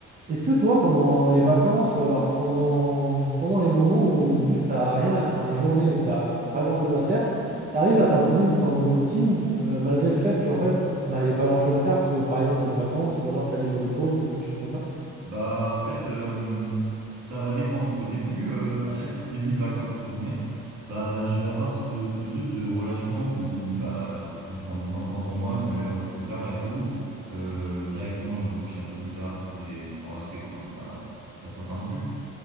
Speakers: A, on the right; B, on the right.
A: est-ce que toi, pendant les vacances ou alors pendant, pendant les moments où juste t'as rien à faire, les journées où t'as t'as pas grand-chose à faire, t'arrives à t'imposer une sorte de routine euh, malgré le fait qu'en fait, bah, il n'y a pas grand-chose à faire parce que, par exemple, c'est les vacances ou alors t'as des jours de pause ou des choses comme ça?
B: Bah, en fait, euh, ça va dépendre. Au début, euh, à chaque début de vacances, entre guillemets, bah, je vais avoir ce, ce truc de relâchement où je me dis, bah, quand je prends du prends le temps pour moi, je me lève un peu plus tard et tout. Euh, directement, je vais me coucher un peu plus tard, mais en respect, enfin, pas, pas trop tard non plus.